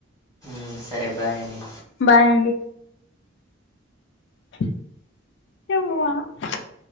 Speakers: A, on the left; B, on the left.
A: ఆ సరే బాయ్ అండి
B: బాయ్ అండి <unintelligible>